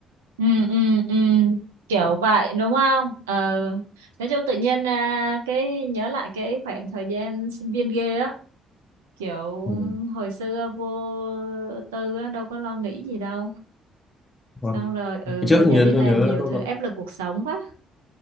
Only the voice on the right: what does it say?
ừ, ừ, ừ. Kiểu vậy đúng không? Ờ, nói chung tự nhiên à, cái nhớ lại cái khoảng thời gian sinh viên ghê á, kiểu
hồi xưa vô tư á, đâu có lo nghĩ gì đâu.
Xong rồi ừ
bây giờ
đi làm
nhiều
thứ
áp lực cuộc sống quá